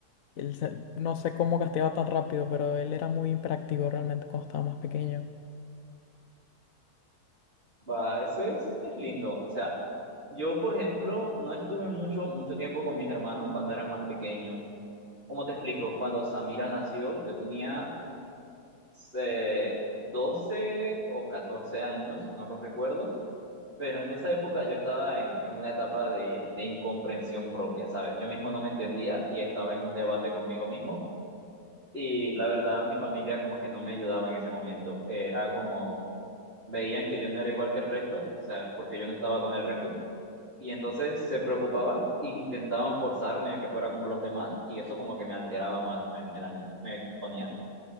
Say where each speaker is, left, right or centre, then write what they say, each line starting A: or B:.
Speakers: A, on the left; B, on the right.
A: Él se- no sé cómo gateaba tan rápido, pero él era muy hiperactivo realmente cuando estaba más pequeño.
B: Va, eso es, es lindo. O sea, yo, por ejemplo, no estuve mucho, mucho tiempo con mis hermanos cuando eran más pequeños. ¿Cómo te explico? Cuando Samira nació, yo tenía eh, 12 o 14 años, no lo recuerdo. Pero en esa época yo estaba en, en una etapa de, de incomprensión propia, ¿sabes? Yo mismo no me entendía y estaba en un debate conmigo mismo Y la verdad, mi familia como que no me ayudaba en ese momento. Era como, veían que yo no era igual que el resto, o sea, porque yo no estaba con el resto. Y entonces se preocupaban e intentaban forzarme a que fuera como los demás. Y eso como que me alteraba más, me, me, dañ- me ponía.